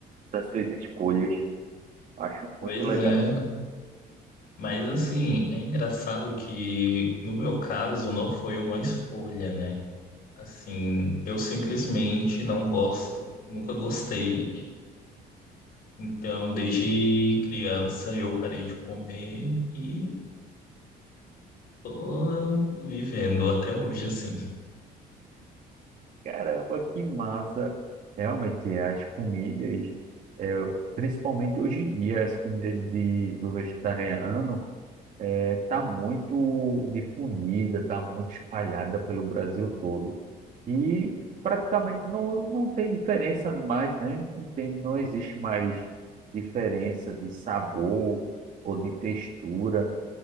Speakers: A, on the right; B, on the left.
A: das suas escolhas. Acho
B: Pois
A: muito legal.
B: é, mas assim, é engraçado que no meu caso não foi uma escolha, né? Assim, eu simplesmente não gosto, nunca gostei. Então, desde criança eu parei de comer e tô vivendo até hoje assim.
A: Caramba, que massa! Realmente, é, as comidas, é, principalmente hoje em dia, as comidas de, do vegetariano é, tá muito difundida, tá muito espalhada pelo Brasil todo. E praticamente não, não tem diferença mais, né? Não tem, não existe mais diferença de sabor ou de textura.